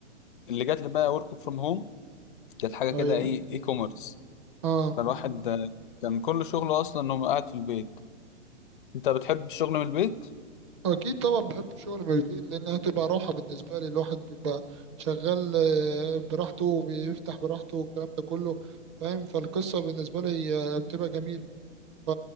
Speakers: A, on the left; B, on the right.
A: اللي جات لي بقى ورك فروم هوم كانت حاجة كده
B: ايوه
A: ايه اي كوميرس
B: اه
A: فالواحد آه، كان كل شغله اصلا انه قاعد في البيت انت بتحب الشغل من البيت
B: اكيد طبعا بحب الشغل من البيت لانها تبقى راحه بالنسبه لي الواحد بيبقى شغال آه، براحته وبيفتح براحته والكلام ده كله فاهم فالقصه بالنسبه لي آه، بتبقى جميله ف-